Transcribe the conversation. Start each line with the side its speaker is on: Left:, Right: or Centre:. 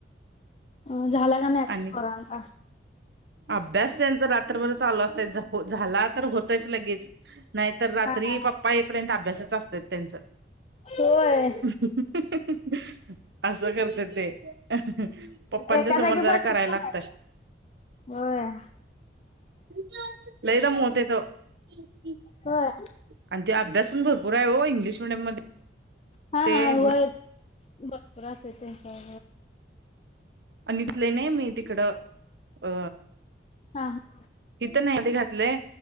Left: अं, झाला का? नाही अभ्यास
Right: आणि
Left: पोरांचा.
Right: अभ्यास त्यांचा रात्रभर चालू असतो. झाला तर होतयंच लगेच. नाहीत तर, रात्री
Left: हा हा हा
Right: पप्पा येईपर्यंत अभ्यासाचं असतात त्यांचं.
Left: होय
Right: <unintelligible> असं करतात ते. <unintelligible> पप्पांच्या
Left: एका
Right: समोर
Left: जागी
Right: जरा
Left: बसत
Right: कराया लागतंय.
Left: पण नाही होय.
Right: <unintelligible> लय दमवतोय तो. <unintelligible>
Left: होय
Right: आणि ते अभ्यास पण भरपूर आहे हो इंग्लिश मिडियम मध्ये.
Left: हा
Right: ते
Left: हा व्हयं. भरपूर असतंय त्यांचा
Right: आणि इथले नाही, मी तिकडं अ
Left: हा हा.
Right: तिथं नाही आधी घातलंय.